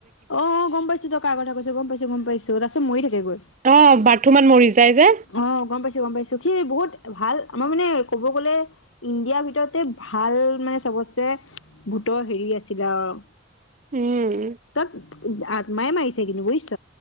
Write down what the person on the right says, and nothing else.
অ বাথৰুমত মৰি যায় যে
উম।